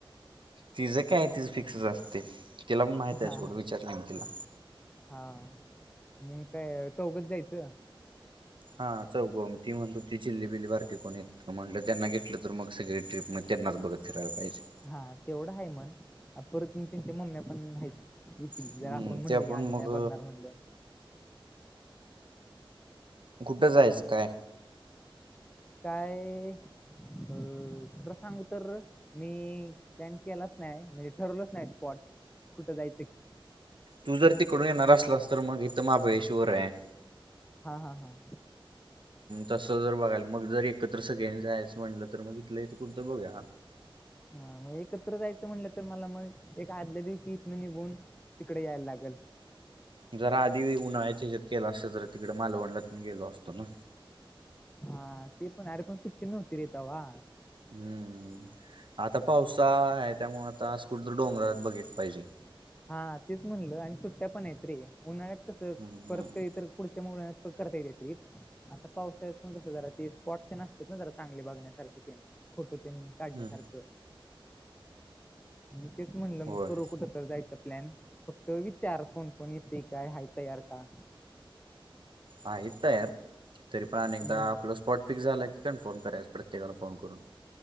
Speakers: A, on the right; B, on the left.
A: तिझं काये तिच फिक्स असते. तिला पण माहिते
B: हा
A: सोड.
B: हा
A: विचारले मी तिला.
B: हा मग काय चौघच जायचं?
A: हा चौघ. म ती म्हणत होती. चिल्लीबिली बारकीे कोणत. म्हटलं त्यांना घेतलं तर मग सगळी ट्रिप म त्यांनाच बघत फिरायला पाहिजे.
B: हा तेवढं हाये मण. परत म त्यांच्या मम्म्या पण हायेच. येतील
A: हम्म
B: जर आपण म्हणले.
A: त्या पण
B: आम्ही
A: मग
B: नाही बघणार म्हणल्यावर.
A: कुठं जायचं काय?
B: काय अ- खरं सांगू तर मी प्लान केलाच नाय म्हणजे ठरवलच नायत स्पॉट कुठं जाय
A: तू जर तिकडून येणार असलास तर मग इथं महाबळेश्वर हाय.
B: हा हा हा.
A: तसं जर बघायला मग जर एकत्र सगळ्यांनी जायचं म्हटलं तर मग इथल्या इथं कुठ तर बघूया.
B: हा मग एकत्र जायचं म्हणलं तर मला मग एक आदल्या दिवशी इथन निघून तिकड यायला लागल.
A: जरा आधी उन्हा्याच्या हेज्यात केलं असत तर तिकड मालवणला तेन गेलो असतो ना.
B: हा ते पण हाय, अरे पण सुट्टी नव्हतीरे तवा.
A: हम्म आता पावसाळा हाय त्यामुळं आता आस कुठ तर डोंगरात बघितलं पाहिजे.
B: हा तेच म्हणलं आणि सुट्ट्या पण आहेत त रे उन्हाळ्यात कसं
A: हम्म
B: परत
A: हम्म
B: काही तर पुढच्या मुळयात पण करता एतिया ट्रिप. आता पावसाळ्यात पन कस जरा ते स्पॉट ते न असतेत ना जरा चांगले बघण्यासारखे तेन फोटो तेन. काढण्यासारखं
A: हम्म
B: मी तेच म्हणलं मग
A: होय
B: करू कुठं तर जायचं पॉल फक्त विचार कोण कोण येतय काय हाय तयार का.
A: आहेत तयार तरी पण आणि
B: हम्म
A: एकदा आपलं स्पॉट फिक्स झाला की कन्फर्म कराचस प्रत्येकाला फोन करून.